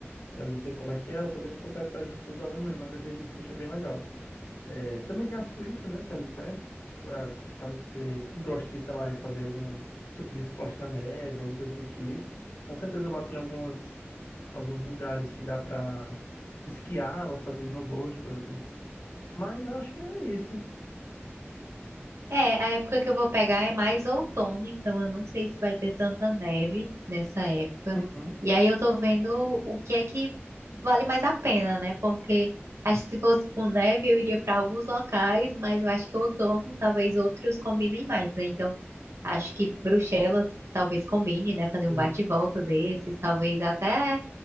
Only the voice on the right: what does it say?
É, a época que eu vou pegar é mais outono, então eu não sei se vai ter tanta neve nessa época.
E aí eu tô vendo o que é que vale mais a pena, né? Porque acho que se fosse com neve eu iria para alguns locais, mas eu acho que outono talvez outros combinem mais, né? Então acho que Bruxelas talvez combine, né? Fazer
um bate e volta desses, talvez até